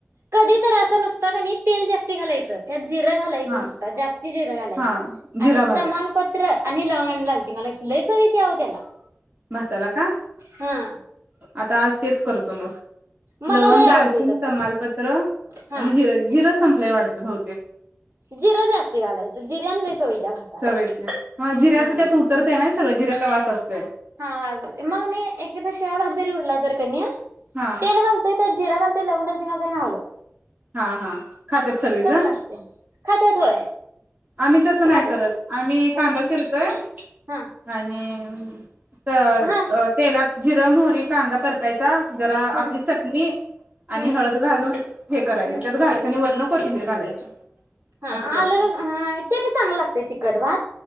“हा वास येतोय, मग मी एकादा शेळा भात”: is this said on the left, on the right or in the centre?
Right